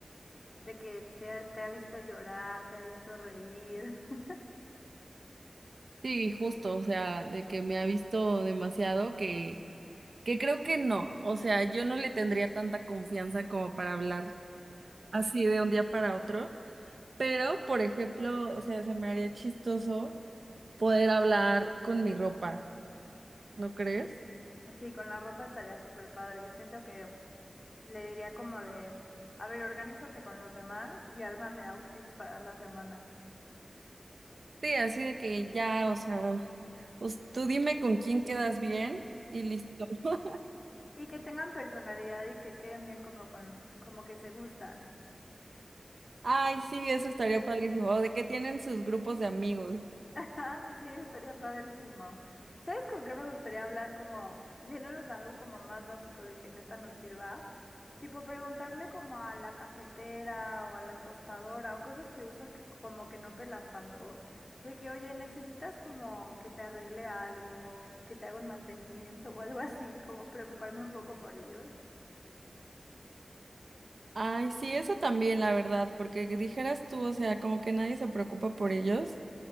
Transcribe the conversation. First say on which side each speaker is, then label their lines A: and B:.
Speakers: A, on the left; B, on the right.
A: de que te ha, te ha visto llorar, te ha visto reír. <laughs>
B: Sí, justo, o sea, de que me ha visto demasiado que que creo que no, o sea, yo no le tendría tanta confianza como para hablar así de un día para otro, pero por ejemplo, o sea, se me haría chistoso poder hablar con mi ropa, ¿no crees?
A: Sí, con la ropa estaría súper padre. Siento que le diría como de, a ver, organízate con los demás y ármame outfits para la semana.
B: Sí, así de que ya, o sea, pues, tú dime con quién quedas bien y listo. <laughs>
A: Y que tengan personalidad y que queden bien como con, como que se gustan.
B: Ay, sí, eso estaría padrísimo. O de que tienen sus grupos de amigos.
A: Ah, sí, estaría padrísimo. ¿Sabes con qué me gustaría hablar? Como yéndonos a algo como más básico de que neta nos sirva. Tipo preguntarle como a la cafetera o a la tostadora o cosas que usas que como que no pelas tanto. De que, oye, necesitas como que te arregle algo, que te haga un mantenimiento o algo así, como preocuparme un poco por ellos.
B: Ay, sí, eso también, la verdad, porque dijeras tú, o sea, como que nadie se preocupa por ellos.